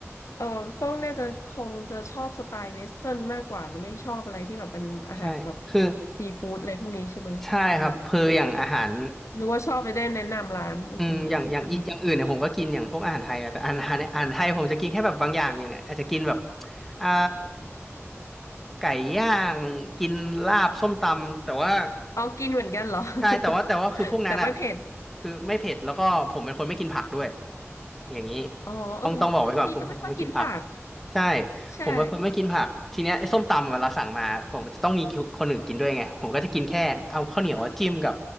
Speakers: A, on the left (about 80°); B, in the centre.
A: เออเขาน่าจะคงจะชอบสไตล์เวสเทิร์นมากกว่านะไม่ชอบอะไรที่แบบเป็นอาหารแบบ
B: ใช่คือ
A: ซีฟู้ดอะไรพวกนี้ใช่ไหมอืม
B: ใช่ครับคืออย่างอาหาร
A: หรือว่าชอบไปได้แนะนำร้านโอเค
B: อืมอย่างอย่างอีอย่างอื่นเนี่ยผมก็กินอย่างพวกอาหารไทยนะแต่อาหารอาหารอาหารไทยผมจะกินแค่แบบบางอย่างอย่างอาจจะกินแบบ
A: อืม
B: อ่าไก่ย่างกินลาบส้มตำแต่ว่า
A: เอากินเหมือนกันเหรอ
B: ใช่แต่ว่าแต่ว่าคือพวกนั้นอ่ะ
A: <laughs> แต่ไม่เผ็ด
B: คือไม่เผ็ดแล้วก็ผมเป็นคนไม่กินผักด้วยอย่างนี้
A: อ๋อเออ
B: ต้องต้องบอกไว้ก่อนผมผมไม่กินผัก
A: พี่ก็ไม่ค่อยกินผัก
B: ใช่
A: ใช่
B: ผมเป็นคนไม่กินผักทีเนี้ยไอ้ส้มตำเวลาสั่งมาผมจะต้องมีคนอื่นกินด้วยไงผมก็จะกินแค่เอาข้าวเหนียวอะจิ้มกับ